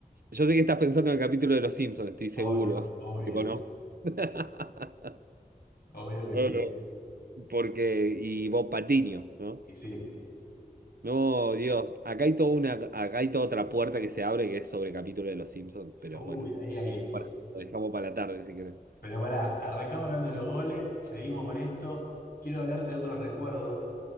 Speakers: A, on the right (about 75°); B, on the left (about 75°).
A: Yo sé que estás pensando en el capítulo de Los Simpsons, estoy seguro,
B: Obvio, obvio.
A: te conozco. <laughs>
B: Obvio que
A: Eh,
B: sí.
A: Porque, y Bob Patiño, ¿no?
B: Y sí.
A: No, Dios, acá hay toda una, acá hay toda otra puerta que se abre que es sobre capítulo de Los Simpsons, pero
B: Uy,
A: bueno,
B: ahí, ahí.
A: ahora lo dejamos para la tarde si querés.
B: Pero pará, arrancamos hablando de los goles. Seguimos con esto. Quiero hablarte de otro recuerdo.